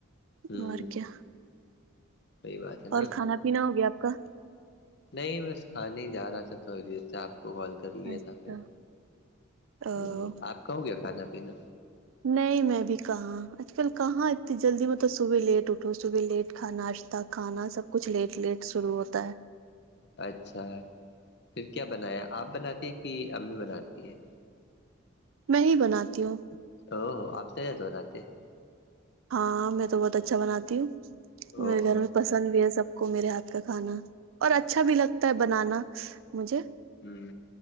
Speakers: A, on the left; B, on the right.
A: ہوں
B: مر کیا
A: صحی بات ہے نا
B: اور کھانا پینا ہو گیا آپ کا
A: نہیں بس کھانے ہی جا رہا تھا تھوڑی دیر سے آپ کو غ لیا
B: اچھا
A: تھا پھر
B: او
A: ہ آپ کا ہو گیا کھانا پینا
B: نہیں میں بھی کہاں آج کل کہاں اتنی جلدی مطلب صبح لیٹ اٹھو صبح لیٹ کھاشہ کھانا سب کچھ لیٹ لیٹ شروع ہوتا ہے
A: اچھا پھر کیا بنایا آپ بناتی ہیں کہ امی بناتی ہے
B: میں ہی بناتی ہوں
A: او ہو آپ سےت ہو رہاتے ہیں
B: ہاں میں تو بہت اچھا بناتی ہوں
A: او
B: میرے
A: ہو
B: گھر میں پسند بھی ہے سب کو میرے ہاتھ کا کھانا اور اچھا بھی لگتا ہے بنانا مجھے
A: ہوں